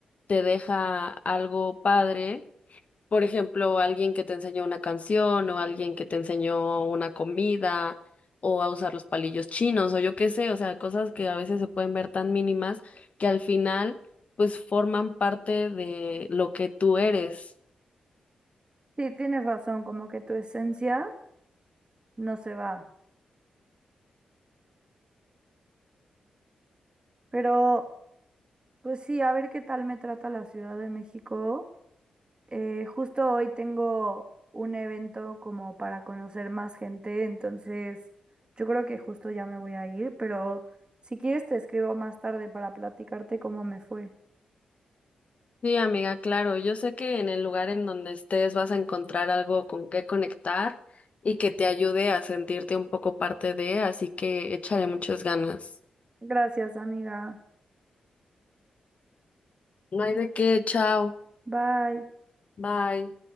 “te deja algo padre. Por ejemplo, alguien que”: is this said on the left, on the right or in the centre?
Left